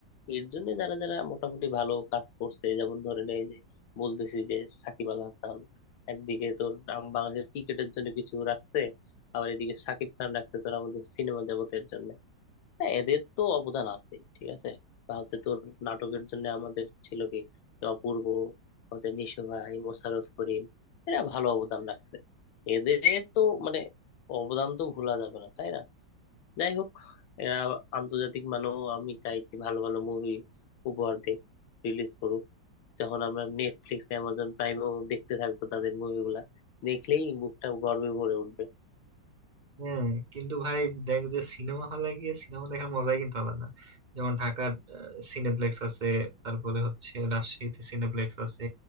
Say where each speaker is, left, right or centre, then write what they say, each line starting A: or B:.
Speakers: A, on the left; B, on the right.
A: এর জন্য যারা যারা মোটামুটি ভালো কাজ করছে যেমন ধরে নেই যে বলতেছি যে সাকিব আল হাসান একদিকে তোর আম- বাংলাদেশের ক্রিকেটের জন্য কিছু রাখছে আবার এদিকে সাকিব খান রাখছে তোর আমাদের সিনেমা জগতের জন্য হ্যাঁ এদের তো অবদান আছে ঠিক আছে বা হচ্ছে তোর নাটকের জন্য আমাদের ছিল কি যে অপূর্ব আমাদের নিশো ভাই মোশাররফ করিম এরা ভালো অবদান রাখছে এদের তো মানে অবদান তো ভোলা যাবে না তাই না যাই হোক এরা আন্তর্জাতিক মানও আমি চাই যে ভালো ভালো মুভি উপহার দেয় রিলিজ করুক যখন আমরা নেটফ্লিক্স অ্যামাজন প্রাইমেও দেখতে থাকবো তাদের মুভিগুলা দেখলেই বুকটা গর্বে ভরে উঠবে
B: হ্যাঁ কিন্তু ভাই দেখ যে সিনেমা হলে গিয়ে সিনেমা দেখার মজাই কিন্তু আলাদা যেমন ঢাকার আহ, সিনেপ্লেক্স আছে তারপরে হচ্ছে রাজশাহীতে সিনেপ্লেক্স আছে